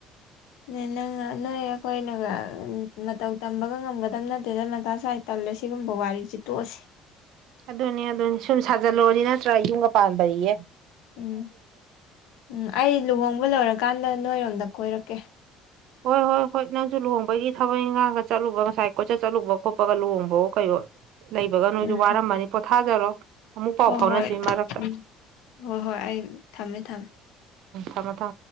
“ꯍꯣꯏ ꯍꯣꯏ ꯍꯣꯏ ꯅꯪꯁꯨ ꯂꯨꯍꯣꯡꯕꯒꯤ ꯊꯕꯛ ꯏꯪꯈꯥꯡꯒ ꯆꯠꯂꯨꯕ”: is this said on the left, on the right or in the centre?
Right